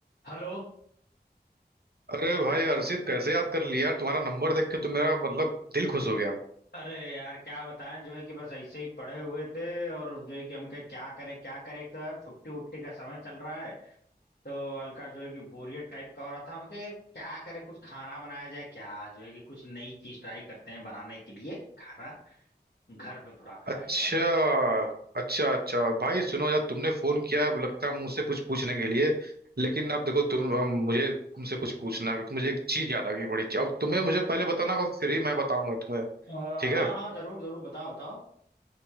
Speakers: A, on the left (about 65°); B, on the right (about 65°).
A: Hello
B: अरे भाई हर्षित कैसे याद कर लिया यार तुम्हारा नंबर देख के तो मेरा मतलब दिल खुश हो गया
A: अरे यार क्या बताएं जो है कि बस ऐसे ही पड़े हुए थे और जो है कि हम कहे क्या करें क्या करें एक तो यार छुट्टी उट्टी का समय चल रहा है तो हल्का जो है कि बोरियत टाइप का हो रहा था हम कहे क्या करें कुछ खाना बनाया जाए क्या जो है कि कुछ नई चीज ट्राई करते हैं बनाने के लिए खाना घर पे थोड़ा खाया
B: अच्छा
A: जाए
B: अच्छा अच्छा भाई सुनो यार तुमने फोन किया अब लगता है मुझसे कुछ पूछने के लिए लेकिन अब देखो तुम अब मुझे तुमसे कुछ पूछना है क्योंकि मुझे एक चीज याद आ गई बड़ी अब तुम्हें मुझे पहले बताना होगा फिर ही मैं बताऊंगा तुम्हें
A: अ,
B: ठीक
A: हाँ
B: है
A: हाँ जरूर जरूर बताओ बताओ